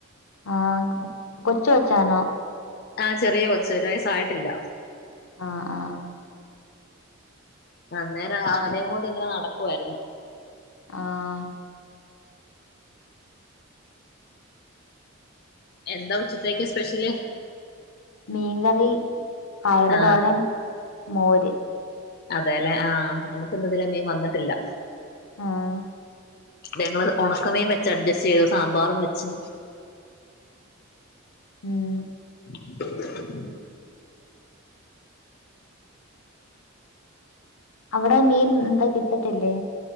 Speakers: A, on the left (about 80°); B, on the left (about 45°).
A: ആഹ് കൊച്ചുകൊച്ചാനോ
B: ആഹ് ചെറിയ കൊച്ച ഒരു വയസ്സായിട്ടില്ല
A: ആഹ് ആഹ്
B: അന്നേരം അവനയും കൊണ്ടിങ്ങനെ നടക്കുവായിരുന്നു
A: ആഹ്
B: എന്താ ഉച്ചത്തേക്ക് സ്പെഷ്യല്
A: മീൻകറി പയറ്തോരൻ
B: ആ
A: മോര്
B: അതേല്ലെ ആഹ് നമ്മക്ക് ഇന്നിതിലെ മീൻ വന്നിട്ടില്ല
A: ആഹ്
B: ഞങ്ങള് ഉണക്കമീൻ വെച്ചഡ്ജസ്റ്റ് ചെയ്തു സാമ്പാറും വെച്ചു
A: ഉം
B: <inaudible>
A: അവിടെ മീൻ എന്താ കിട്ടത്തില്ലേ